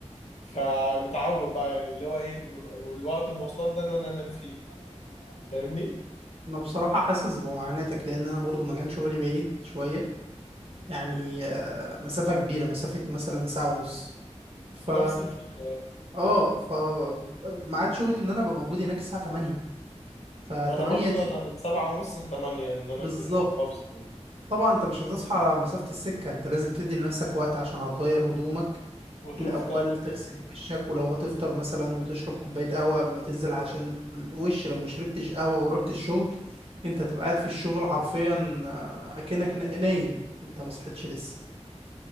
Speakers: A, on the left; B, on the right.
A: فمتعود بقى يعني اللي هو ايه والوقت المواصلات ده ان انا انام فيه فاهمني
B: انا بصراحة حاسس بمعاناتك لان انا برضو مكان شغلي بعيد شوية يعني آه، مسافة كبيرة مسافة مثلا ساعة ونص ف
A: نفس الفكرة
B: اه ف ميعاد شغلي ان انا ابقى موجود هناك الساعة 8 ف 8
A: ما انا برضه
B: دي
A: انا من سبعة ونص لتمانية ان انا
B: بالظبط
A: اكون بفصل يعني.
B: طبعا انت مش هتصحى على مسافة السكة انت لازم تدي لنفسك وقت عشان هتغير هدومك
A: وتفطر
B: الأول تغسل وشك ولو هتفطر مثلا وتشرب كوباية قهوة قبل ما تنزل عشان الوش لو ما شربتش قهوة ورحت الشغل انت هتبقى قاعد في الشغل حرفيا آه، أكنك نا- نايم انت مصحتش لسه